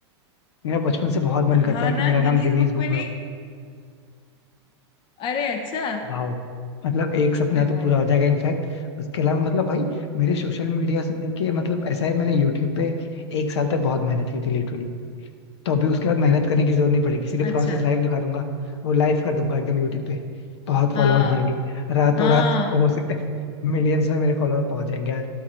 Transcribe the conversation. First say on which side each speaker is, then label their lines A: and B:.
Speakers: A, on the left; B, on the left.
A: मेरा बचपन से बहुत मन करता
B: हाँ
A: है कि
B: ना
A: मेरा
B: गिनीज
A: नाम गिनीज
B: बुक
A: बुक
B: में
A: में हो
B: अरे अच्छा
A: वाह मतलब एक
B: अरे
A: सपना तो
B: वाह
A: पूरा
B: यार
A: हो जाएगा इनफैक्ट उसके अलावा मतलब भाई मेरे सोशल मीडिया से लेके मतलब ऐसा है मैंने यूट्यूब पे एक साल तक बहुत मेहनत की थी लिटरली तो अभी उसके बाद मेहनत करने की जरूरत नहीं पड़ेगी सीधे
B: अच्छा
A: प्रोसेस लाइव दिखा दूंगा वो लाइव कर दूंगा एकदम यूट्यूब पे बहुत फॉलोअर्स
B: हाँ
A: बढ़ेंगे रातों
B: हाँ
A: रात हो सकता है मिलियंस में मेरे फॉलोअर पहुंच जाएंगे